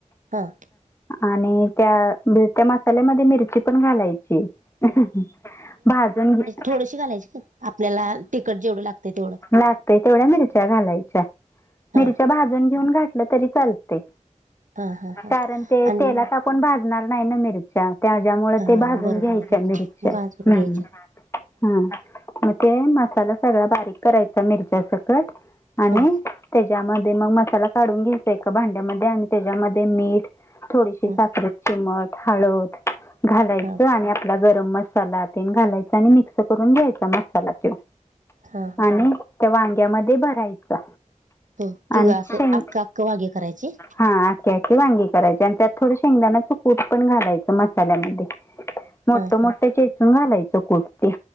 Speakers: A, on the right; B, on the left.
A: हं.
B: आणि त्या <inaudible> त्या मसाल्यामध्ये मिरची पण घालायची. <inaudible> भाजून घेत
A: थोडशी घालायची का आपल्याला तिकट जेवढं लागत तेवढं
B: लागतय तेवढ्या मिरच्या घालायच्या मिरच्या
A: हां
B: भाजून घेऊन घ नसल तरी चालते
A: हा हा हा
B: कारण ते
A: आणि
B: तेलात आपण भाजणार नाही ना मिरच्या त्याच्यामुळे
A: हा
B: ते भाजून
A: बरोबर
B: घ्यायच्या
A: आहे बरोबर.
B: मिरच्या,
A: भाजून घ्यायच्या
B: हम्म. हा मग ते मसाला सगळा बारीक करायचा मिरच्या सकट आणि
A: हा
B: त्याच्यामध्ये मग मसाला काढून घ्यायचा ए भांड्यामध्ये आणि त्याच्यामध्ये मीठ थोडी
A: ह
B: साखर चिमट, हळद घालायच
A: हा
B: आणि आपला गरम मसाला ते घालायचा आणि मिक्स करून घ्यायचा मसाला तो.
A: हा
B: आणि त्या वांग्यामध्ये भरायचा.
A: हो, तिघं
B: आणि
A: असं
B: शेंग
A: अक्ख, अक्ख वांगी करायचे?
B: हा आखी, आखी वांगी करायचे आणि त्यात थोडं शेंगदाण्याच कूट पण घालायचं मसाल्यामध्ये मोठ,
A: हा
B: मोठ
A: हा
B: चेचून घालायचं कुट ते